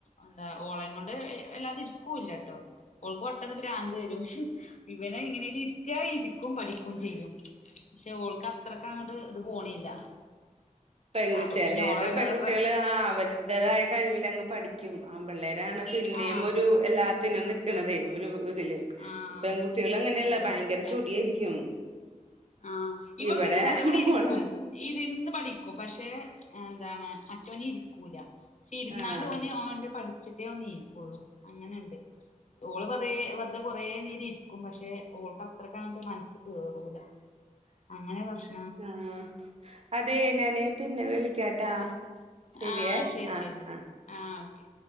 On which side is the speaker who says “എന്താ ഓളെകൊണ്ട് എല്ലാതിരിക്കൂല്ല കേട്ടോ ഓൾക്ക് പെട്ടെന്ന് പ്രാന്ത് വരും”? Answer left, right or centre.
Left